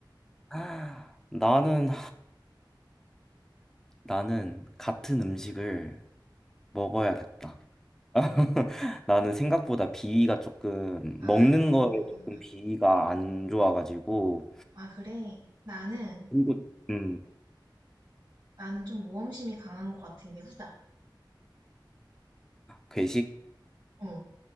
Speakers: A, in the centre; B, on the right.
A: 아, 나는 나는 같은 음식을 먹어야겠다. <laughs> 나는 생각보다 비위가 조금
B: 아,
A: 먹는 거에 조금 비위가 안 좋아가지고
B: 아, 그래. 나는,
A: 그리고 음
B: 나는 좀 모험심이 강한 것 같은 게 후다.
A: 괴식
B: 어.